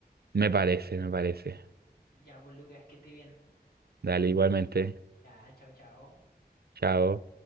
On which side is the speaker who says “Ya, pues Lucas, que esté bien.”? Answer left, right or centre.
Left